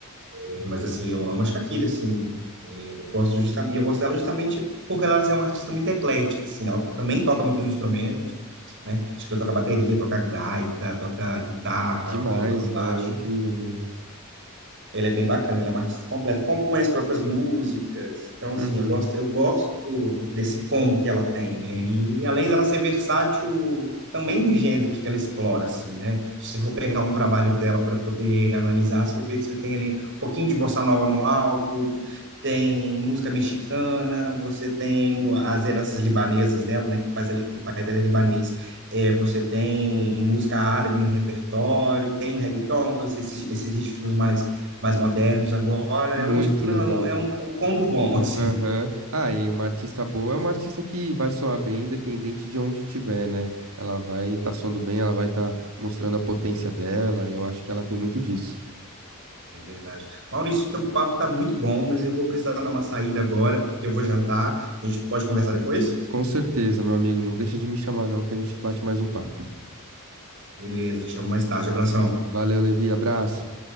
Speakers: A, on the right; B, on the right.
A: É, mas assim, eu amo a Shakira, assim, e eu gosto justamente, eu gosto dela justamente porque ela assim, é uma artista muito eclética, assim, ela também toca muitos instrumentos, né? Acho que ela toca bateria, toca gaita, toca guitarra,
B: demais.
A: violão, baixo.
B: Não, ela é incrível mesmo.
A: Ele é bem bacana, ele é um artista completo, compõe as próprias músicas. Então, assim,
B: Uhum,
A: eu gosto, eu gosto desse combo que ela tem, né? E além dela ser versátil, também nos gêneros que ela explora, assim, né? Se você for pegar um trabalho dela para poder analisar, você vê que você tem ali um pouquinho de bossa nova no álbum, tem música mexicana, você tem mu- as heranças libanesas dela, né? Que, faz, que o pai dela é libanês. É, você tem música árabe no repertório, tem o reggaeton, então, esses, esses ritmos mais mais modernos agora.
B: muito
A: Ela mistura,
B: legal.
A: é um- é um, é um combo bom, <laughs> assim.
B: Aham. Ah, e uma artista boa é uma artista que vai soar bem independente de onde estiver, né? Ela vai estar soando bem, ela vai estar mostrando a potência dela, e eu acho que ela tem muito disso.
A: É verdade. Maurício, o papo está muito bom, mas eu vou precisar dar uma saída agora, porque eu vou jantar. A gente pode conversar depois?
B: Com certeza, meu amigo, não deixa de me chamar não, que a gente bate mais um papo.
A: Beleza, te chamo mais tarde. Abração.
B: Valeu, Levi. Abraço.